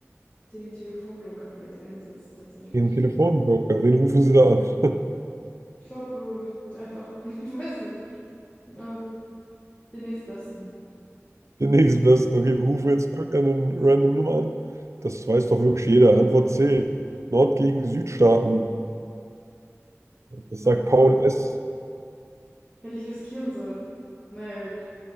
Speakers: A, on the left (about 25°); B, on the right (about 70°).
A: den Telefonjoker vielleicht einsetzen, tatsächlich.
B: Den Telefonjoker, wen rufen Sie da an?
A: Ich glaube, äh, einfach, <laughs> ich weiß nicht, ähm, den nächstbesten.
B: Den nächsten besten. Okay, wir rufen jetzt irgendeine random Nummer an. Das weiß doch wirklich jeder. Antwort C. Nord gegen Südstaaten. Das sagt
A: Hätte
B: Paul
A: ich
B: S.
A: hätte ich riskieren sollen. Naja, gut.